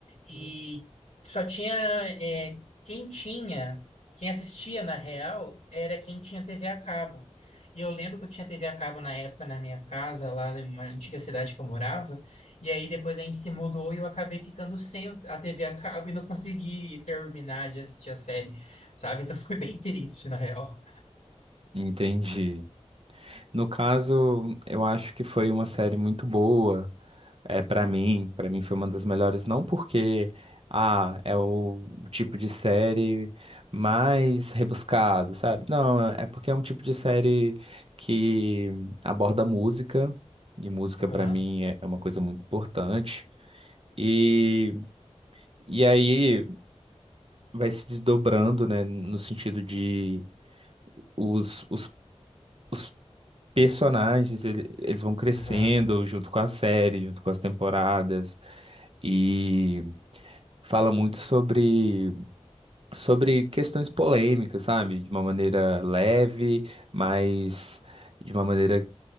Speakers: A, on the left; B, on the right.
A: E só tinha. é, quem tinha, quem assistia na real, era quem tinha TV a cabo. E eu lembro que eu tinha TV a cabo na época na minha casa, lá em uma antiga cidade que eu morava. E aí depois a gente se mudou e eu acabei ficando sem o- a TV a cabo e não consegui terminar de assistir a série, sabe? Então <laughs> foi bem triste, na real.
B: Entendi. No caso, eu acho que foi uma série muito boa. É, para mim, para mim foi uma das melhores, não porque ah, é o tipo de série mais rebuscado, sabe? Não, é é porque é um tipo de série que aborda música, e música
A: Aham,
B: para mim é é uma coisa muito importante. E, e aí vai se desdobrando, né, no sentido de os, os, os personagens, ele- eles vão crescendo
A: aham,
B: junto com a série, junto com as temporadas. E fala muito sobre, sobre questões polêmicas, sabe? De uma maneira leve, mas de uma maneira